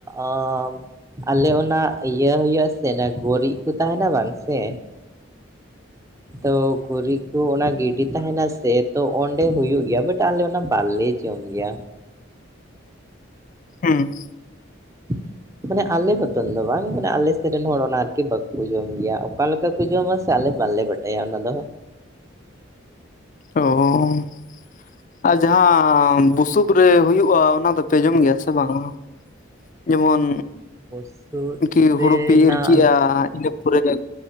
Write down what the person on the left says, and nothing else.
ᱦᱩᱸ᱾
ᱚ ᱦᱚᱸᱻ᱾ ᱟᱨ ᱡᱟᱦᱟᱸ ᱵᱩᱥᱩᱵ ᱨᱮ ᱦᱩᱭᱩᱜᱼᱟ ᱚᱱᱟ ᱫᱚᱯᱮ ᱡᱚᱢ ᱜᱮᱭᱟ ᱥᱮ ᱵᱟᱝᱟ? ᱡᱮᱢᱚᱱ
ᱠᱤ
ᱦᱩᱲᱩ ᱯᱮ ᱤᱨ ᱠᱮᱜᱼᱟ ᱤᱱᱟᱹ ᱯᱚᱨᱮ ᱜᱮ